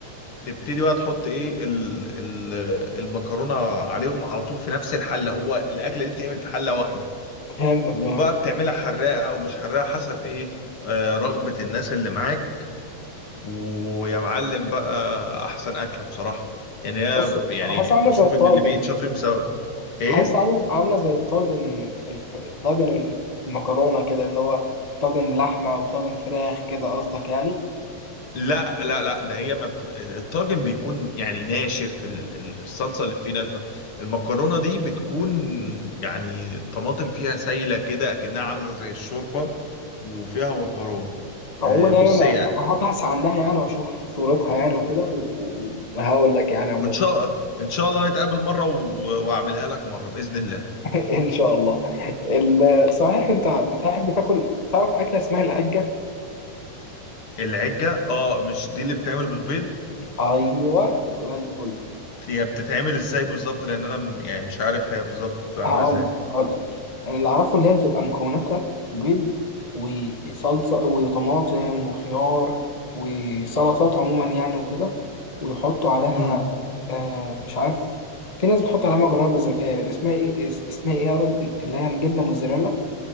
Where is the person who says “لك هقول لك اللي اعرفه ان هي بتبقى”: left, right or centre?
Left